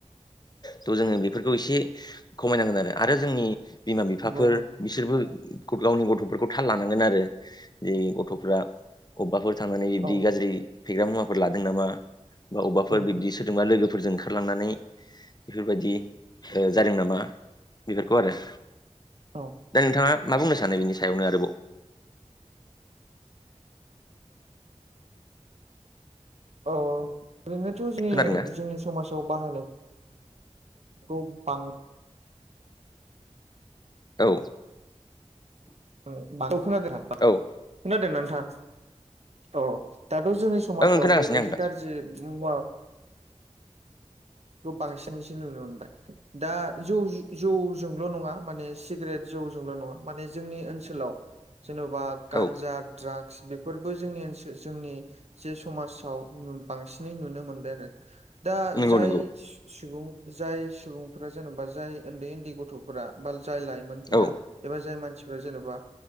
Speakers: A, on the left; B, on the right.
A: थ' जोङो बेफोरखौ एसे खमायनांगोन आरो आरो जोंनि बिमा बिफाफोर
B: नंगौ नोंथां
A: बिसोरबो गावनि गथ'फोरखौ थाल लानांगोन आरो जे गथ'फ्रा अबौबाफोर थांनानै बिब्दि
B: औ
A: गाज्रि फेग्रा मुवाफोर लादों नामा बा अबफोर
B: ओम
A: बिब्दि सोदोंबा लोगोफोरजों खारलांनानै बेफोरबायदि जादों नामा बेफोरखौ आरो।
B: औ
A: दा नोंथाङा मा बुंनो सानो बिनि सायावनो आरोबाव
B: अ' ओरैनोथ' जोंनि
A: खोनादोंना
B: जोंनि समाजाव बाहो खौ बां
A: औ
B: औ खोनादों
A: औ ओं
B: खोनादों नोंथां औ दाथ' जोंनि समाजाव
A: ओं खोनागासिनो
B: बेबायदि
A: आं नोंथां
B: गाज्रि मुवा बेखौ बांसिनसो नुनो मोनबाय। दा जौ जौजोंल' नङा माने सिगारेट जौजोंल' नङा माने जोंनि ओनसोलाव जेन'बा गान्जा
A: औ
B: ड्राग्स बेफोरबो जोंनि ओनसोल जोंनि जे समाजाव बांसिनै नुनो मोनबाय आरो। दा
A: नंगौ
B: जाय
A: नंगौ
B: सुबुं जाय सुबुंफोरा जेनेबा जाय उन्दै उन्दै गथ'फोरा बा जाय लाइमोनफोरा
A: औ
B: एबा जाय मानसिफोरा जेन'बा